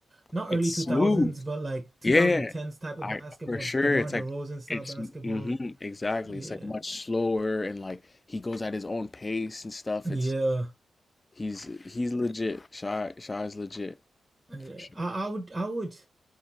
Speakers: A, on the right; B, on the left.
A: not
B: It's
A: early 2000s,
B: smooth.
A: but like 2010s
B: Yeah,
A: type of
B: I
A: basketball,
B: for sure.
A: DeMar
B: It's
A: DeRozan
B: like
A: style
B: it's
A: basketball.
B: hmm exactly.
A: Yeah.
B: It's like much slower and like he goes at his own pace and stuff.
A: Yeah.
B: It's he's he's legit. Shy Shy is legit
A: Yeah.
B: for sure.
A: I, I would I would